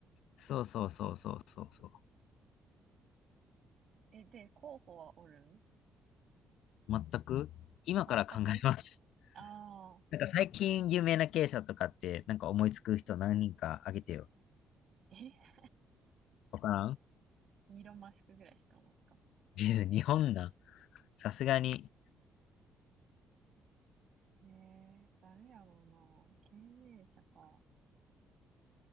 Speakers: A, on the left (about 60°); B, on the right (about 50°).
A: そうそうそうそうそうそう。
B: え、で、候補はおるん
A: 全く、今から考えます。
B: 全くああー、
A: なんか最近有名な経営者とかって、なんか思いつく人何人かあげてよ。
B: え、
A: わからん
B: イーロン・マスクぐらいしか思う
A: 実 <laughs> 日本な。さすがに。
B: えー、誰やろうな。経営者か。